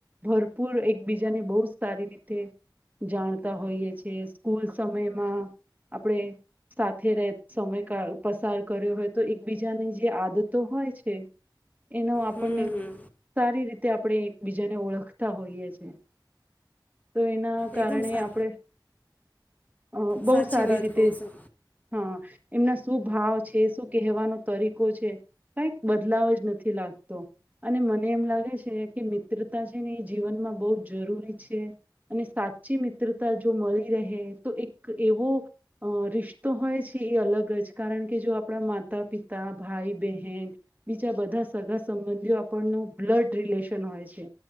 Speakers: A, on the right; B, on the left.
A: ભરપૂર એકબીજાને બહુ સારી રીતે જાણતા હોઈએ છીએ, સ્કૂલ સમયમાં આપણે સાથે રહે સમય કા પસાર કર્યો હોય તો એકબીજાની જે આદતો હોય છ છે એનો આપણને
B: હમ હમ
A: સારી રીત તે આપણે એકબીજાને ઓળખતા હોઈએ છે. તો એના કારણે
B: એકદમ સા
A: આપણે અ બહુ
B: સાચી
A: સારી
B: વાત
A: રીતે
B: કહો છો
A: હા. એમના શું ભાવ છે, શું કહેવાનો તરીકો છે, કાંઈક બદલાવ જ નથી લાગતો. અને મને એમ લાગે છે કે મિત્રતા છે ને એ જીવનમાં બહુ જ જરૂરી છે. અને સાચી મિત્રતા જો મલી રહે તો એક એવો અ રિશ્તો હોય છે એ અલગ જ કારણ કે જો આપણા માતા પિતા, ભાઈ બહેન બીજા બધા સગા સંબંધીઓ આપણનું બ્લડ રિલેશન હોય છે.